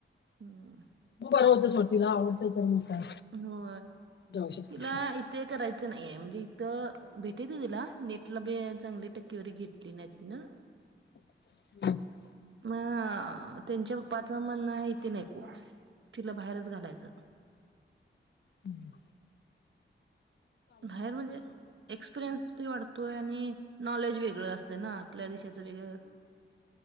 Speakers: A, on the right; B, on the left.
A: हम
B: मग बर होतच होटतीला आवडतय तर मग. काय
A: हो
B: जाऊ शकते
A: तिला इथे करायचं नाहीये म्हणजे इथं भेटे त तिला नेटला बी चांगली टक्क्यावरारी घेतली नाही ति नां.
B: <inaudible>
A: मग त्यांच्या पप्पाच म्हणण आहेथ नाहीऐकू तिला बाहेरच घालायचं.
B: हम्.
A: बाहेर म्हणजे एक्सपिरियन्स. त वाटतोय आणि नॉलेज वेगळं असतंय ना आपल्या देशाचं वेगळं.